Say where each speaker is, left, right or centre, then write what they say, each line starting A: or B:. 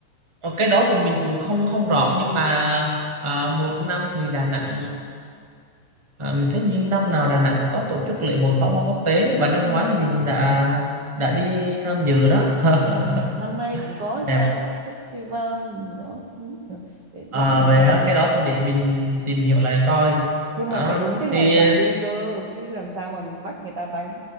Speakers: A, on the right (about 15°); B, on the right (about 65°).
A: Ờ, Cái đó thì mình cũng không không rõ nhưng mà à, một năm thì Đà Nẵng à, mình thấy như năm nào Đà Nẵng cũng có tổ chức lễ hội pháo hoa quốc tế và năm
B: Ừ.
A: ngoái mình đã đã đi tham dự đó.
B: Ừ,
A: <laughs>
B: năm nay cũng có hay
A: Đẹp.
B: sao á, festival gì đó không biết nữa. để
A: À,
B: lát mình
A: vậy
B: tra
A: á, cái
B: thử
A: đó thì để
B: Ừ.
A: mình tìm hiểu lại coi.
B: nhưng
A: Đó.
B: mà phải đúng cái
A: Thì
B: ngày mình đi cơ chứ làm sao mà mình bắt người ta bánh